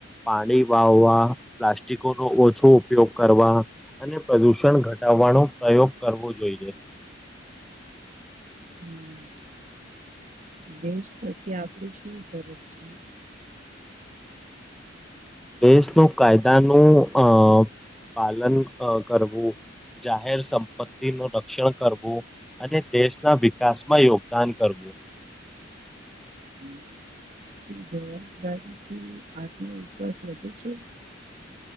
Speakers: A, in the centre; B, on the right.
A: પાણી વાવવા પ્લાસ્ટિકો નો ઓછો ઉપયોગ કરવા અને પ્રદુષણ ઘટા કરવા ન પ્રયોગ કરવો જોઈએ.
B: હમ્મ. દેશ પરથી આપણી શું ફરજ છે.
A: દેશનું કાયદાનું અ પાલન ક કરવું. જાહેર સંપત્તિ નું રક્ષણ કરવું અને દેશના વિકાસમાં યોગદાન કરવું.
B: <inaudible> શું જવાબદારી કે આત્મવિશ્વાસ વધુ છે?